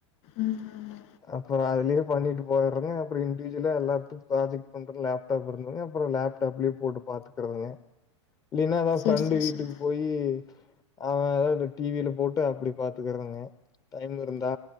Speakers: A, on the left; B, on the left.
A: ம் ஆமா
B: அப்பறோ அதுலியே பண்ணிட்டு போய்றோங்க அப்டி இண்டிஜுல்லா எல்லாத்துக் பாஜெக்ட் பண்ற லேப்டாப் இருந்தங்க அப்பறோ லேப்டாப்ல போட்டு பாத்துக்குறதுங்க லீனா எதாவு
A: சரி
B: ஃப்ரெண்டு
A: சரி
B: வீட்டுக்கு
A: சரி
B: போயி அவ <unintelligible> டீவில போட்டு அப்டி பாத்துக்கறதங்க டைம் இருந்தா